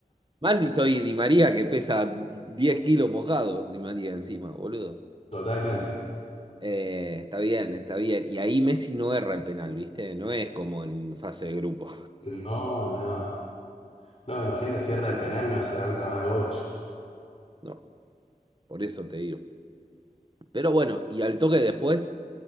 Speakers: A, on the right (about 30°); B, on the left (about 45°).
A: Más si soy Di María que pesa 10 kilos mojado, Di María encima, boludo.
B: totalmente.
A: Eh, está bien, está bien. Y ahí Messi no erra el penal, ¿viste? No es como en fase de grupo.
B: No, no. No, imagínate, cierra
A: <laughs>
B: el penal, no se levanta más el bocho.
A: No, por eso te digo. Pero bueno, y al toque después,